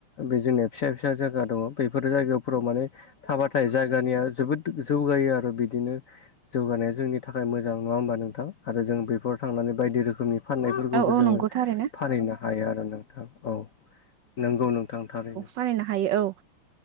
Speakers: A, on the left; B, on the right.
A: बे जोंनिया फिसा फिसा जायगा दङ बेफोर जायगाफोराव माने थाबाथाय जायगानिया जोबोद जौगायो आरो बिदिनो जौगानाया जोंनि थाखाय मोजां नङा होमबा नोंथां आरो जों बेफोराव थांनानै बायदि रोखोमनि फाननायफोरखौबो
B: औ औ
A: जोङो
B: नंगौ थारैनो
A: फानहैनो हायो आरो नोंथां औ नंगौ नोंथां थारैनो
B: बानायनो हायो औ